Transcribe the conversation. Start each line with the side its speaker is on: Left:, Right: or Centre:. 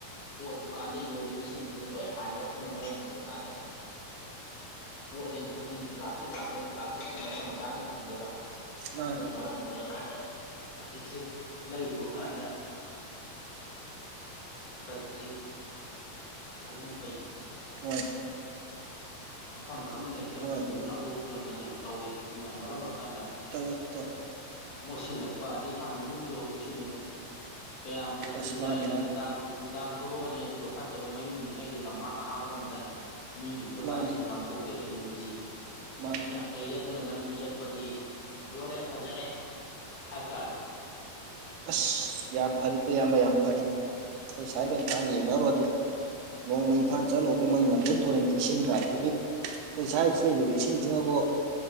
Left: ꯄꯣꯠ ꯗꯨꯀꯥꯟꯗ ꯌꯣꯜꯂꯤꯕꯁꯤꯡꯁꯤꯗ ꯂꯣꯏ ꯍꯟꯂꯛꯄꯅ ꯃꯔꯝ ꯑꯣꯏꯔꯀꯥꯟꯗ ꯄꯣꯠ ꯂꯩꯕ ꯈꯨꯗꯤꯡꯒꯤ ꯄ꯭ꯂꯥꯁꯇꯤꯛ ꯂꯥꯛꯄꯅꯤ ꯄ꯭ꯂꯥꯁꯇꯤꯛꯇꯤ ꯃꯐꯝ ꯆꯥꯅ ꯊꯝꯗꯕ
Right: ꯃꯥꯅꯦ
Left: ꯑꯗꯨꯅ ꯃꯔꯝ ꯑꯣꯏꯔ ꯀꯥꯟꯗ ꯍꯧꯖꯤꯛꯁꯦ ꯂꯩꯔꯨꯔꯀꯥꯟꯗ <unintelligible> ꯐꯖꯅ ꯄꯩ
Right: ꯍꯣꯏ
Left: ꯃꯐꯝ ꯈꯪꯗꯅ ꯍꯦꯛꯇꯥ ꯂꯝꯕꯤꯗ
Right: ꯍꯣꯏ
Left: ꯂꯪꯊꯣꯛꯄꯤꯔꯝꯕ ꯌꯥꯝ ꯇꯧꯋꯦ ꯁꯤꯅ ꯃꯔꯝ ꯑꯣꯏꯔꯀꯥꯟꯗ
Right: ꯇꯧꯋꯦ ꯇꯧ
Left: ꯃꯣꯠꯁꯤꯜꯂꯛꯄ ꯑꯗꯩ ꯏꯝꯐꯥꯜ ꯃꯅꯨꯡꯁꯨ ꯍꯧꯖꯤꯛꯁꯨ ꯌꯦꯡꯉꯣ ꯀꯌꯥꯝꯕꯨ ꯅꯥꯇꯩ
Right: ꯑꯁ
Left: ꯆꯥꯔꯤꯒꯦ
Right: ꯃꯥꯅꯤ ꯃꯥꯅꯤ
Left: ꯅꯨꯡꯗꯥꯡ ꯅꯨꯡꯗꯥꯡ ꯊꯣꯔꯛꯑꯅꯤ ꯑꯗꯨꯒ ꯐꯠꯇꯕ ꯃꯌꯨꯝꯒꯤꯉꯩꯗꯨ ꯂꯝꯍꯥꯡ ꯑꯍꯥꯡꯕ ꯑꯝꯗ ꯃꯤ ꯎꯗ꯭ꯔꯀꯥꯟꯗ
Right: ꯃꯥꯅꯤ
Left: ꯁꯨꯝ ꯂꯪꯊꯣꯛꯄꯩ ꯍꯩꯅꯕꯤꯁꯦ
Right: ꯃꯥꯅꯤ
Left: ꯁꯤ ꯌꯥꯝ ꯂꯩꯔꯦ ꯑꯗꯨꯅ ꯂꯝꯕꯤ ꯆꯠꯄꯗꯤ ꯂꯣꯏꯔꯦ ꯐꯖꯔꯦ ꯍꯥꯏꯇꯥꯔꯦ
Right: ꯑꯁ ꯌꯥꯝ ꯐꯥꯔꯤ ꯀꯣ ꯢꯌꯥꯝꯕ ꯌꯥꯝ ꯐꯥꯔꯤ ꯑꯩꯈꯣꯏ
Left: ꯎꯝ
Right: ꯁ꯭ꯋꯥꯏꯒ ꯏꯝꯐꯥꯜꯒ ꯌꯦꯡꯅꯔꯨꯔꯗꯤ ꯅꯣꯡꯃꯩ
Left: ꯎꯝ
Right: ꯏꯝꯐꯥꯜ ꯆꯠꯂꯨꯕ ꯃꯣꯏ ꯃꯝꯕꯨꯜ ꯇꯨꯔꯦꯟꯒꯤ ꯏꯁꯤꯡꯒ ꯍꯥꯏꯗꯨꯗꯤ ꯑꯩꯈꯣꯏ
Left: ꯎꯝ
Right: ꯁ꯭ꯋꯥꯏꯗ ꯆꯦꯜꯂꯤꯕ ꯏꯁꯤꯡ ꯖꯤꯅꯕꯨ